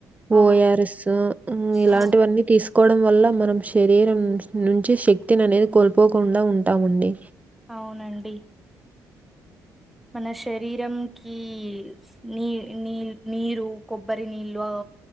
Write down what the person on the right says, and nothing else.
ఓయర్ఎస్ ఇలాంటివన్నీ
తీసుకు కోవడం వల్ల మనం శరీరం నుంచి శక్తిని అనేది కోల్పోకుండా ఉంటామండి